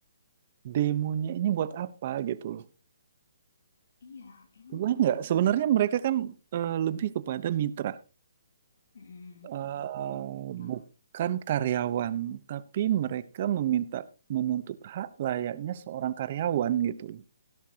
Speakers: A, on the right (about 35°); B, on the left (about 60°).
A: demonya ini buat apa gitu loh
B: Iya, emang.
A: Gue nggak. Sebenarnya mereka kan eh, lebih kepada mitra,
B: Mm,
A: Eh,
B: oke, mitra.
A: bukan karyawan. Tapi mereka meminta menuntut hak layaknya seorang karyawan gitu.